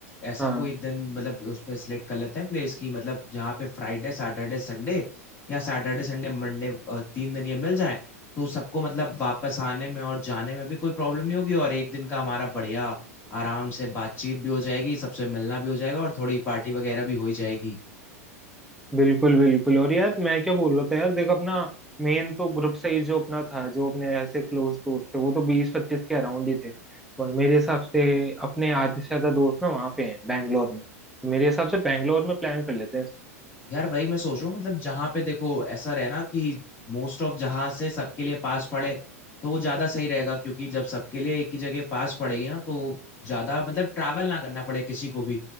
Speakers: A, on the left; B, in the centre.
A: ऐसा
B: हाँ
A: कोई दिन मतलब उस पर सिलेक्ट कर लेते हैं प्लेस की मतलब जहाँ पे फ्राइडे सैटरडे संडे या सैटरडे संडे मंडे तीन दिन ये मिल जाए तो सबको मतलब वापस आने में और जाने में भी कोई प्रॉब्लम नहीं होगी और एक दिन का हमारा बढ़िया आराम से बातचीत भी हो जाएगी सबसे मिलना भी हो जाएगा और थोड़ी पार्टी वगैरह भी हो ही जाएगी
B: बिल्कुल बिल्कुल और यार मैं क्या बोल रहा था यार देख अपना मेन तो ग्रुप सही जो अपना था जो अपने ऐसे क्लोज दोस्त थे वो तो बीस पच्चीस के अराउंड ही थे और मेरे हिसाब से अपने आधे से ज्यादा दोस्त ना वहाँ पे हैं बैंगलोर में तो मेरे हिसाब से बैंगलोर में प्लान कर लेते हैं
A: यार वही मैं सोच रहा हूँ मतलब जहां पे देखो ऐसा रहे ना कि मोस्ट ऑफ जहां से सबके लिए पास पड़े तो वो ज्यादा सही रहेगा क्योंकि जब सबके लिए एक ही जगह पास पड़ेगी ना तो ज्यादा मतलब ट्रैवल ना करना पड़े किसी को भी